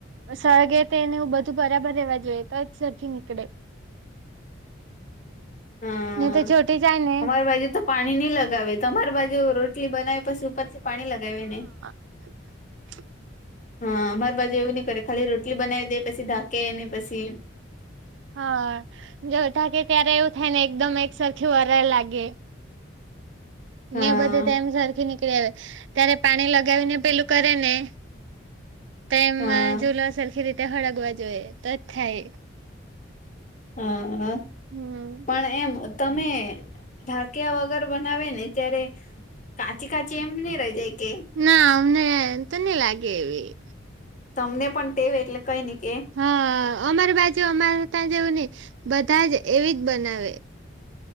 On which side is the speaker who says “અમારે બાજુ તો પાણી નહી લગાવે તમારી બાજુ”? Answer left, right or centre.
Left